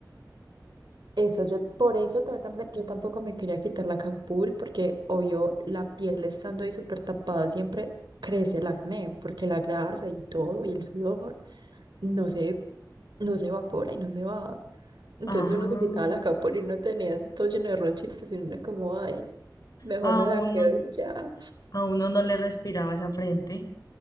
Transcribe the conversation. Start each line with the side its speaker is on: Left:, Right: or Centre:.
Right: Eso, yo por eso ta- tambe- yo tampoco me quería quitar la capul porque obvio la piel estando ahí súper tapada siempre crece el acné porque la grasa y todo y el sudor no se, no se evapora y no se va. Entonces
Left: Ajá.
Right: uno se quitaba la capul y no tenía todo lleno de ronchitas y uno es como, ay, mejor
Left: Aún.
Right: me la quedo y ya.
Left: A uno no le respiraba esa frente.